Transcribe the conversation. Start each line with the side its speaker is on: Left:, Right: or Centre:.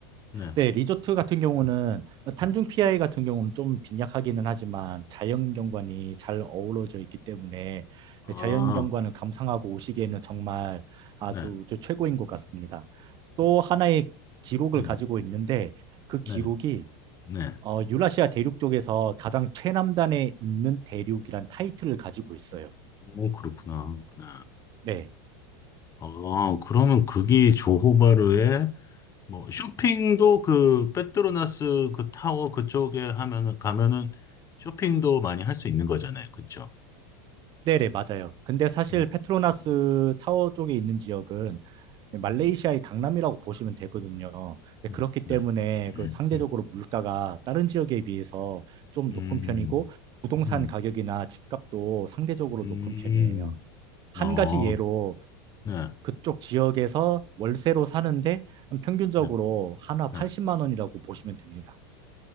Left: 네.
Right: 네, 리조트 같은 경우는 탄중 피아이 같은 경우는 좀 빈약하기는 하지만 자연 경관이 잘 어우러져 있기 때문에
Left: 아,
Right: 네, 자연 경관을 감상하고 오시기에는 정말 아주
Left: 네,
Right: 저 최고인 것 같습니다. 또 하나의 기록을
Left: 음,
Right: 가지고 있는데 그 기록이
Left: 네, 네.
Right: 어, 유라시아 대륙 쪽에서 가장 최남단에 있는 대륙이란 타이틀을 가지고 있어요.
Left: 오, 그렇구나. 네.
Right: 네.
Left: 아, 그러면 그게 조호바르에 뭐 쇼핑도 그 페트로나스 그 타워 그쪽에 하면은 가면은 쇼핑도 많이 할 수 있는 거잖아요. 그렇죠?
Right: 네네, 맞아요. 근데 사실
Left: 음,
Right: 페트로나스
Left: 음,
Right: 타워 쪽에 있는 지역은 말레이시아의
Left: 음,
Right: 강남이라고 보시면 되거든요.
Left: 음.
Right: 그렇기
Left: 네.
Right: 때문에
Left: <clears throat>
Right: 그 상대적으로
Left: 음,
Right: 물가가 다른 지역에 비해서 좀
Left: 음.
Right: 높은 편이고 부동산
Left: 음,
Right: 가격이나 집값도 상대적으로
Left: 음,
Right: 높은 편이에요. 한
Left: 어,
Right: 가지 예로
Left: 네,
Right: 그쪽 지역에서 월세로 사는데 평균적으로
Left: 네,
Right: 하나 80만
Left: 네.
Right: 원이라고 보시면 됩니다.